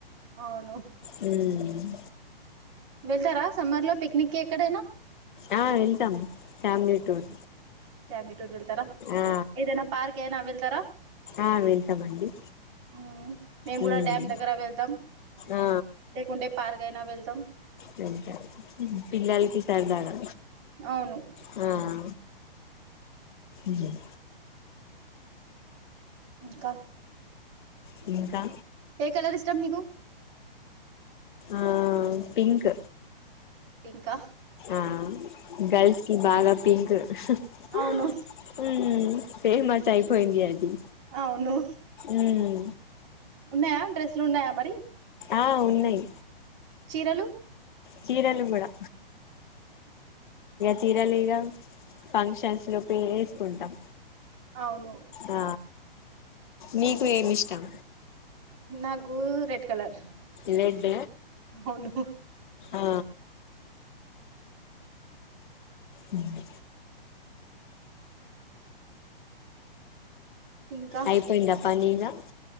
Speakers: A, on the right (about 30°); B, on the left (about 55°).
A: అవును
B: మ్మ్ అ
A: వెళ్తారా సమ్మర్ లో పిక్నిక్కి ఎక్కడైనా
B: ఆ వెళ్తాము ఫ్యామిలీ టూర్
A: ఫ్యామిలీ టూర్ వెళ్తారా
B: ఆ
A: ఏదైనా పార్క్ అయినా వెళ్తారా
B: ఆ వెళ్తామండి
A: మ్మ్. మేము కూడా
B: ఉమ్
A: డ్యామ్ దగ్గర వెళ్తాం
B: ఆ
A: లేకుంటే పార్ కైనా వెళ్తాం
B: వెళ్తాం పిల్లలకి సరదాగా
A: అవును
B: హ ఆ ఉమ్
A: ఇంకా
B: పింకా
A: ఏ కలర్ ఇష్టం మీకు
B: ఆ పింక్
A: ఇంకా
B: ఆ గర్ల్స్ కి బాగా పింక్ స
A: అవును
B: ఆ ఉమ్ ఫేమస్ అయిపోయింది అది
A: అవును
B: ఉమ్
A: ఉన్నాయా డ్రెస్లు ఉన్నాయా మరి
B: ఆ ఉన్నాయి
A: చీరలు
B: చీరలు బేడా చీరలు ఇగ ఫంక్షన్స్ లోపే వేసుకుంటాం
A: అవును
B: ఆ నీకు ఏమి ఇష్టం
A: నాకు రెడ్ కలర్
B: రెడ్
A: అవును
B: ఆ ఉమ్
A: ఇంకా
B: అయిపోయిందప్పా నీగా